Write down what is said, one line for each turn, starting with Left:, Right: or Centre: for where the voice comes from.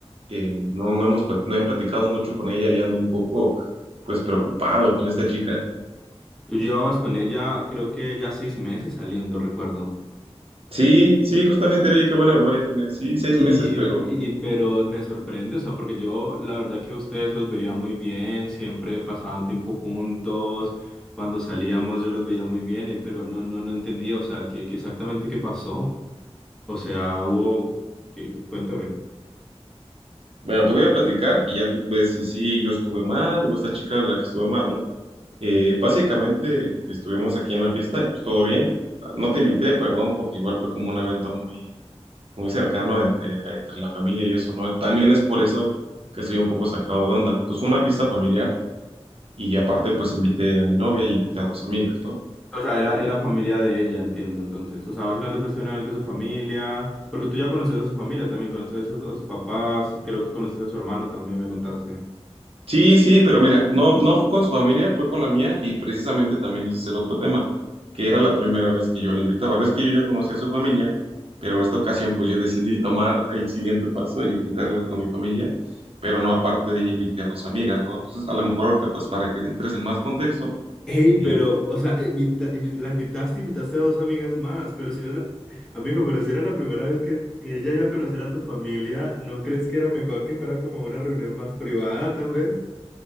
Right: eh, no, no hemos, plat- no he platicado mucho con ella y ando un poco pues preocupado con esta chica.
Centre: Tú llevabas con ella, creo que ya seis meses saliendo, recuerdo.
Right: Sí, sí, justamente, oye, qué buena memoria tiene. Sí, seis
Centre: Y,
Right: meses, pero
Centre: y, pero me sorprende, o sea, porque yo la verdad que a ustedes los veía muy bien, siempre pasaban tiempo juntos, cuando salíamos yo los veía muy bien, eh, pero no, no, no entendía, o sea, qué, qué exactamente qué pasó. O sea, hubo, qué, cuéntame.
Right: bueno, te voy a platicar y ya tú ves si sí yo estuve mal o esta chica la que estuve mal, ¿no? Eh, básicamente estuvimos aquí en la fiesta y pues todo bien. No te invité, perdón, porque igual fue como un evento muy muy cercano entre, entre la familia y eso, ¿no? También es por eso que estoy un poco sacado de onda. Entonces fue una fiesta familiar y aparte pues invité a mi novia y invité a dos amigas, ¿no?
Centre: O sea, era, era familia de ella, entiendo, entonces. O sea, básicamente fuiste a un evento de su familia, porque tú ya conoces a su familia también, conoces a, su- a sus papás, creo que conociste a su hermano también, me contaste.
Right: Sí, sí, pero mira, no, no fue con su familia, fue con la mía y precisamente también ese es el otro tema, que era la primera vez que yo la invitaba. Ves que yo ya conocía a su familia, pero esta ocasión pues yo decidí tomar el siguiente paso y invitarla con mi familia, pero no aparte de ella invité a dos amigas, ¿no? Entonces a lo mejor ahorita pues para que entres en más contexto
Centre: Hey,
Right: eh,
Centre: pero, o sea, invita- invi- la invitaste, invitaste a dos amigas más, pero si era la, amigo, pero si era la primera vez que, que ella iba a conocer a tu familia, ¿no crees que era mejor que fuera como una reunión más privada, tal vez?